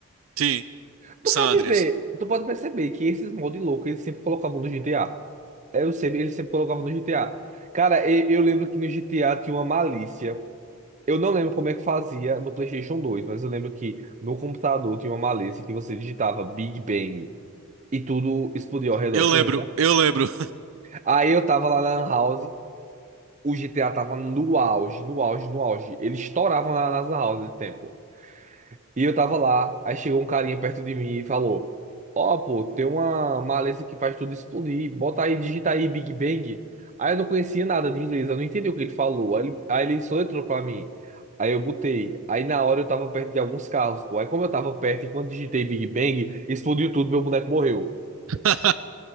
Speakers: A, on the right; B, on the right.
A: Sim,
B: Tu
A: o San
B: pode
A: Andreas.
B: ver, tu pode perceber que esses mods loucos eles sempre colocavam no GTA. Eu sempre, ele sempre colocava no GTA. Cara, e- eu, lembro que no GTA tinha uma malícia. Eu não lembro como é que fazia no PlayStation 2, mas eu lembro que no computador tinha uma malícia que você digitava Big Bang e tudo explodia ao redor,
A: Eu
B: tu
A: lembro,
B: lembra?
A: eu lembro.
B: Aí eu tava lá na Lan House, o GTA tava no auge, no auge, no auge. Ele estourava na, nas Lan Houses nesse tempo. E eu tava lá, aí chegou um carinha perto de mim e falou: Ó, pô, tem uma maleza que faz tudo explodir, bota aí, digita aí Big Bang. Aí eu não conhecia nada de inglês, eu não entendi o que ele falou. Aí, ele- aí ele soletrou pra mim. Aí eu botei. Aí na hora eu tava perto de alguns carros, pô. Aí como eu tava perto e quando digitei Big Bang, explodiu tudo, meu boneco morreu.
A: <laughs>